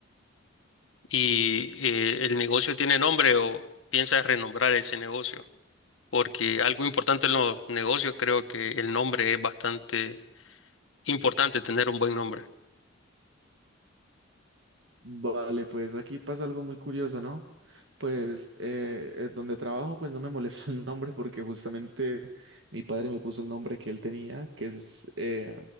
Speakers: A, on the left (about 85°); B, on the right (about 65°).
A: y eh, el negocio tiene nombre o piensas renombrar ese negocio, porque algo importante en los negocios creo que el nombre es bastante importante, tener un buen nombre.
B: Vale, pues aquí pasa algo muy curioso, ¿no? Pues eh, eh, donde trabajo, pues no me <laughs> molesta el nombre porque justamente mi padre me puso el nombre que él tenía, que es eh,